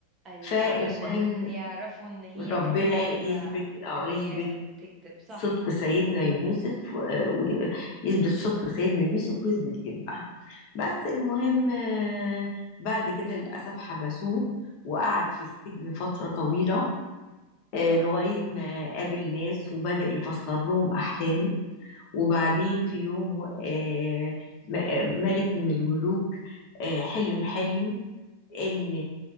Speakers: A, on the right (about 25°); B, on the left (about 45°).
A: ايوه
B: فالمهم
A: علشان يعرفوا ان هي
B: ربنا
A: كدابة
B: يثبت أو
A: ان
B: يثبت
A: هي اللي بتكذب صح
B: صدق سيدنا يوسف آه، ويثبت صدق سيدنا يوسف ويثبت كذبه بس المهم آه، بعد كده للأسف حبسوه وقعد في السجن فترة طويلة آه،
A: اه
B: لغاية ما قابل ناس وبدأ يفسر لهم أحلام وبعدين في يوم آه، م- آه، ملك من الملوك آه، حلم حلم ان